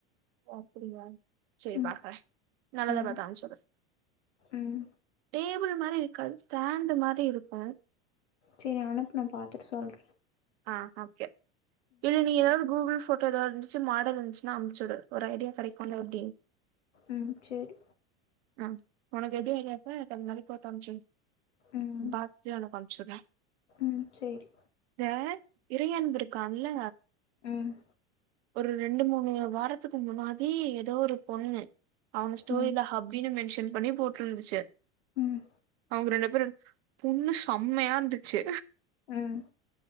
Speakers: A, on the right; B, on the left.
A: அப்டியா செரி
B: ம்
A: பாக்குற நல்லதா
B: ம்
A: பாத்து அனுப்புச்சி விட்ர
B: ம்
A: டேபிள் மாரி இருக்காது ஸ்டாண்டு் மாரி இருக்கு
B: செரி அனுப்பு நா பாத்துட்டு சொல்ற
A: ஆ ஓகே இல்ல நீ எதாவது கூூகுள் ஃபோட்டோ எதாவது ச்சு மாடல் இருந்ச்சுனா அனுப்ச்சுடு ஒரு ஐடியா கெடைக்குல எப்டின்
B: ம் செரி
A: ஆ உனக்கு எப்டி ஐடியா இருக்கோ எனக்கு அது மாரி ஃபோட்டோ அனுப்ச்சுவிடு
B: ம்
A: பாத்துட்டு உனக்கு அனுப்ச்சுவிடுற
B: ம் செரி
A: ந்த இறையன்பு இருக்கான்ல
B: ம்
A: ஒரு ரெண்டு மூணு வாரத்துக்கு முன்னாடி எதோ ஒரு பொண்ணு அவ ஸ்டோரில
B: ம்
A: ஹப் அப்டின் மென்ஷன் பண்ணி போட்ருந்துச்சு
B: ம்
A: அவங்க ரெண்டு பேரு பொண்ணு செம்மையா இருந்துச்சு
B: ம்